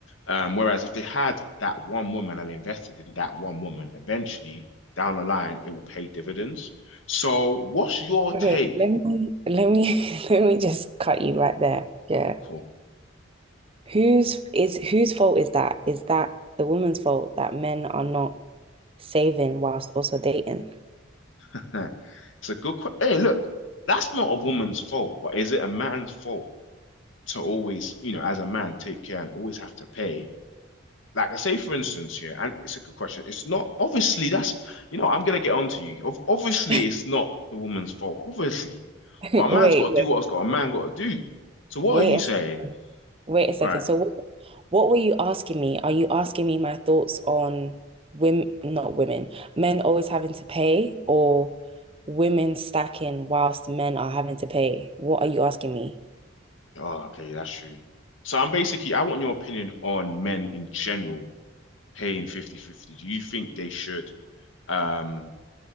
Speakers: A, on the left; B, on the right.
A: Um, whereas if they had that one woman and invested in that one woman, eventually down the line, it will pay dividends. So, what's your take?
B: Okay, let me let me <laughs> let me just cut you right there. Yeah.
A: Cool.
B: Whose is whose fault is that? Is that the woman's fault that men are not saving whilst also dating?
A: <laughs> It's a good question. Hey, look, that's not a woman's fault, but is it a man's fault to always, you know, as a man, take care and always have to pay like I say, for instance, yeah, and it's a good question. It's not obviously that's you know I'm gonna get on to you. Ob- Obviously,
B: <laughs>
A: it's not the woman's fault, obviously, but
B: Wait,
A: a man's
B: wait,
A: got to do what's got a man got to do. So what
B: wait.
A: are you saying?
B: wait. Wait a second.
A: All right.
B: So what what were you asking me? Are you asking me my thoughts on women, not women, men always having to pay or women stacking whilst men are having to pay? What are you asking me?
A: Oh, okay, that's true. So I'm basically I want your opinion on men in general paying fifty fifty. Do you think they should um